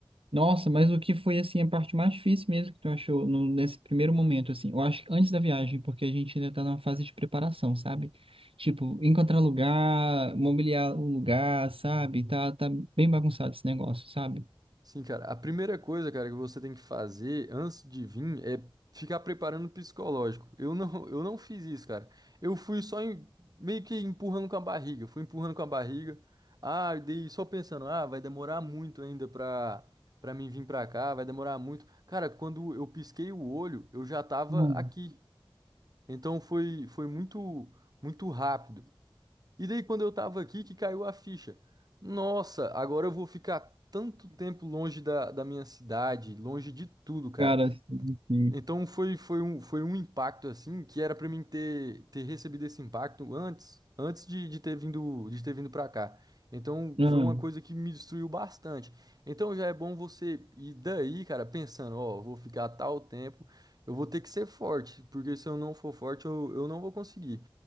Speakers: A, on the right; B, on the right.
A: Nossa, mas o que foi assim a parte mais difícil mesmo que tu achou no- nesse primeiro momento assim? Eu acho que antes da viagem, porque a gente ainda tá numa fase de preparação, sabe? Tipo, encontrar lugar, mobiliar o lugar, sabe? Tá, tá bem bagunçado esse negócio, sabe?
B: Sim, cara. A primeira coisa, cara, que você tem que fazer antes de vir é ficar preparando o psicológico. Eu não, <laughs> eu não fiz isso, cara. Eu fui só em- meio que empurrando com a barriga. Fui empurrando com a barriga. Ah, e daí só pensando, ah, vai demorar muito ainda pra, pra mim vir pra cá, vai demorar muito. Cara, quando eu pisquei o olho, eu já tava
A: Mano,
B: aqui. Então foi, foi muito, muito rápido. E daí, quando eu tava aqui, que caiu a ficha. Nossa, agora eu vou ficar tanto tempo longe da, da minha cidade, longe de tudo, cara.
A: cara, assim, assim,
B: Então foi, foi um, foi um impacto assim que era pra mim ter, ter recebido esse impacto antes, antes de, de ter vindo, de ter vindo para cá. Então
A: não,
B: foi uma coisa que me destruiu bastante. Então já é bom você ir daí, cara, pensando, ó, vou ficar tal tempo eu vou ter que ser forte, porque se eu não for forte, eu, eu não vou conseguir.